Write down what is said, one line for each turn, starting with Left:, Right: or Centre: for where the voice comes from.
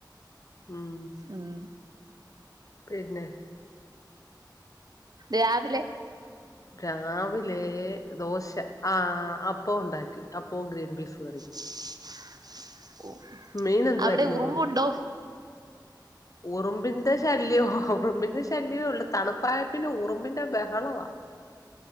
Left: ഉം
Right: ഉം
Left: പിന്നെ
Right: രാവിലെ
Left: രാവിലെ ദോശ ആഹ് അപ്പവും ഒണ്ടാക്കി അപ്പവും ഗ്രീൻപീസ് കറീം
Right: <unintelligible>
Left: മീൻ എന്തുവായിരുന്നു?
Right: അവിടെ ഉറുമ്പുണ്ടോ
Left: ഉറുമ്പിന്റെ ശല്യവാ ഉറുമ്പിന്റെ ശല്യവെ ഒള്ളു തണുപ്പായെപ്പിന്നെ ഉറുമ്പിന്റെ ബഹളവാ